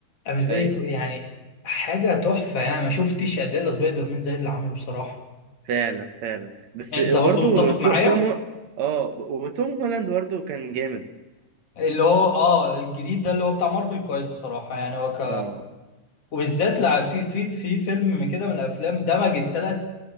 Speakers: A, on the left; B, on the right.
A: أنا بالنسبة
B: ايوه
A: لي تو- يعني حاجة تحفة يعني ما شفتش أداء سبايدر مان زي اللي عمله بصراحة
B: فعلا فعلا بس
A: أنت
B: برضه
A: برضو متفق
B: تو...
A: معايا
B: توم هو... اه وتوم هولاند برضه كان جامد
A: اللي هو آه الجديد ده اللي هو بتاع مارفل كويس بصراحة يعني هو ك
B: اه
A: وبالذات لا في في في فيلم كده من الأفلام دمج التلات